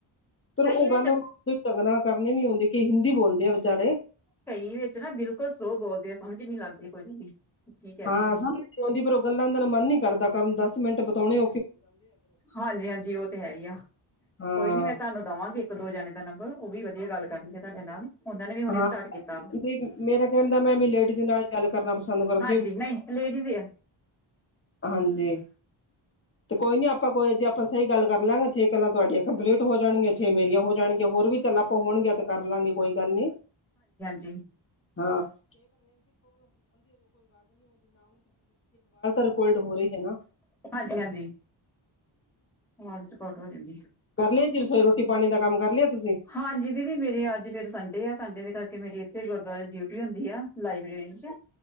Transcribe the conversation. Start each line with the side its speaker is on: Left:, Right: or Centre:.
Left: ਫੇਰ
Centre: ਕਈ
Left: ਉਹ
Centre: ਵਿੱਚ
Left: ਗੱਲ <inaudible> ਉਹ ਢੰਗ ਨਾਲ ਕਰਨੀ ਨੀ ਆਉਂਦੀ ਕਿ ਹਿੰਦੀ ਬੋਲਦੇ ਆ ਵਿਚਾਰੇ।
Centre: ਕਈ ਵਿੱਚ ਨਾ ਬਿਲਕੁਲ ਸਲੋਅ ਬੋਲਦੇ ਸਮਝ ਨੀ ਲੱਗਦੀ ਕੁਝ ਵੀ। ਕੀ ਕਹਿਦੇ
Left: ਹਾਂ,
Centre: ਨੇ
Left: ਸਮਝ ਨੀ ਆਉਂਦੀ ਪਰ ਉਹ ਗੱਲਾਂ ਦਰ ਮਨ ਨੀ ਕਰਦਾ ਕਰਨ ਦਸ ਮਿੰਟ ਬਿਤਾਉਣੇ
Centre: ਹਾਂਜੀ-ਹਾਂਜੀ, ਉਹ ਤੇ ਹੈ ਹੀ ਆ
Left: ਹਾਂ
Centre: ਕੋਈ ਨੀ ਮੈਂ ਤੁਹਾਨੂੰ ਦੇਵਾਂਗੀ ਇੱਕ ਦੋ ਜਾਣੇ ਦਾ ਨੰਬਰ ਉਹ ਵੀ ਵਧੀਆ ਗੱਲ ਕਰਦੀ ਹੈ, ਤੁਹਾਡੇ ਨਾਲ। ਉਹਨਾਂ ਨੇ ਵੀ ਹੁਣੇ
Left: ਹਾਂ
Centre: ਸਟਾਰਟ ਕੀਤਾ ਵਾ
Left: ਬੀ ਮੇਰਾ ਕਹਿਣ ਦਾ ਮੈਂ ਵੀ ਲੇਡੀਜ਼ ਨਾਲ ਗੱਲ ਕਰਨਾ ਪਸੰਦ ਕਰਦੀ
Centre: ਹਾਂਜੀ ਨਹੀਂ ਲੇਡੀਜ਼ ਈ ਆ।
Left: ਹਾਂਜੀ, ਤੇ ਕੋਈ ਨੀ ਆਪ ਆਪਾਂ ਕੋਈ ਜੇ ਆਪਾਂ ਸਹੀ ਗੱਲ ਕਰ ਲਾਂਗੇ ਛੇ ਗੱਲਾਂ ਤੁਹਾਡੀਆਂ ਕੰਪਲੀਟ ਹੋ ਜਾਣਗੀਆਂ ਛੇ ਮੇਰੀਆਂ ਹੋ ਜਾਣਗੀਆਂ। ਹੋਰ ਵੀ ਚੱਲਾਂ ਹੋਣਗੀਆਂ ਤੇ ਕਰ ਲਾਂਗੇ ਕੋਈ ਗੱਲ ਨੀ।
Centre: ਜੀ।
Left: ਹਾਂ <inaudible> ਰਿਕੋਲਡ ਹੋ ਰਹੀ ਹੈ ਨਾ।
Centre: ਹਾਂਜੀ ਹਾਂਜੀ <inaudible>
Left: ਕਰ ਲਿਆ ਜੀ ਰਸੋਈ ਰੋਟੀ ਪਾਣੀ ਦਾ ਕੰਮ ਕਰ ਲਿਆ ਤੁਸੀਂ।
Centre: ਹਾਂਜੀ ਦੀਦੀ ਮੇਰੇ ਅੱਜ ਫੇਰ ਸੰਡੇ ਆ। ਸੰਡੇ ਦੇ ਕਰਕੇ ਮੇਰੀ ਇੱਥੇ ਗੁਰਦੁਆਰੇ ਡਿਊਟੀ ਹੁੰਦੀ ਆ। ਲਾਈਬ੍ਰੇਰੀ 'ਚ